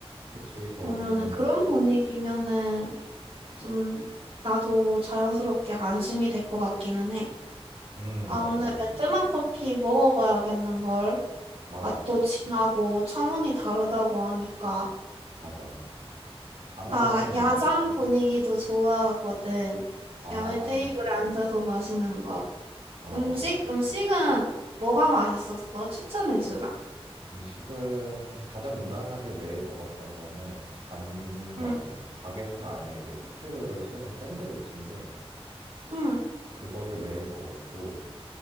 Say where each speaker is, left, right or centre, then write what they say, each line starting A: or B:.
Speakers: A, on the right; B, on the right.
A: 그치, 거기는,
B: 그러면은 그런 분위기면은 좀 나도 자연스럽게 안심이 될 것 같기는 해.
A: 음,
B: 아,
A: 맞아.
B: 근데 베트남 커피 먹어봐야겠는걸.
A: 맞아.
B: 맛도 진하고 차원이 다르다고 하니까.
A: 맞아. 가면은,
B: 나 야장 분위기도 좋아하거든.
A: 아,
B: 야외 테이블에 앉아서 마시는 거.
A: 어,
B: 음식, 음식은 뭐가 맛있었어? 추천해주라.
A: 음식은 가장 무난하게 매일 먹었던 거는 반미라고,
B: 응,
A: 바게트 안에 이제 속재료를 채운 샌드위치인데,
B: 응,
A: 그거를 매일 먹었고,